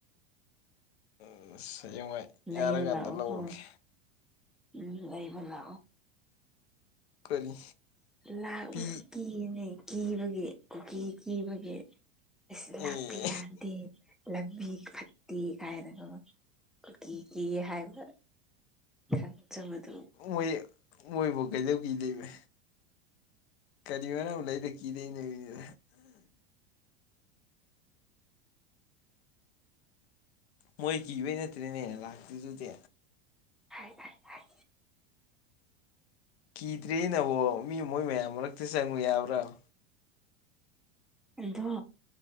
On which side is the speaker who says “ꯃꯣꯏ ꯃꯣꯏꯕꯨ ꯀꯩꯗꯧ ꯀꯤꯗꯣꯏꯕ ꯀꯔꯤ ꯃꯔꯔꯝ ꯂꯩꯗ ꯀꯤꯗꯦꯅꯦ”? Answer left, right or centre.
Left